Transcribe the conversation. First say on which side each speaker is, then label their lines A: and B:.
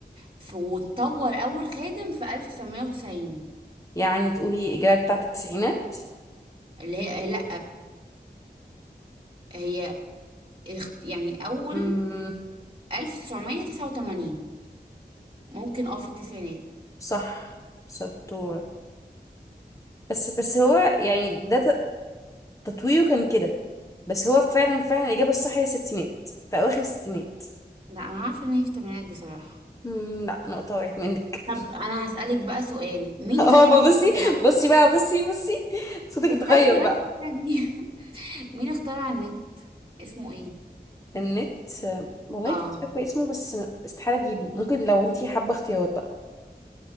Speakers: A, on the right (about 30°); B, on the left (about 20°).
A: في واتطور اول خادم في 1990
B: يعني تقولي الإجابة بتاعت التسعينات
A: اللي هي لا هي اخت- يعني اول
B: مم،
A: 1989 ممكن اه في التسعينات
B: صح شطورة بس بس هو يعني ده تطويره كان كده بس هو فعلا فعلا الإجابة الصح هي الستينات في أواخر الستينات
A: لا انا عارفه ان هي في الثمانينات بصراحه
B: مم لا نقطة وقعت منك
A: طب انا هسألك بقى سؤال مين
B: <laughs> اه
A: طيب
B: بقى
A: اللي
B: بصي
A: اخترع
B: بصي بقى بصي بصي صوتك
A: استني
B: اتغير بقى
A: بس استني <laughs> مين اخترع النت اسمه ايه
B: النت آه، والله
A: اه,
B: كنت فاكرة اسمه بس استحالة أجيبه ممكن لو انتي حابة اختيارات بقى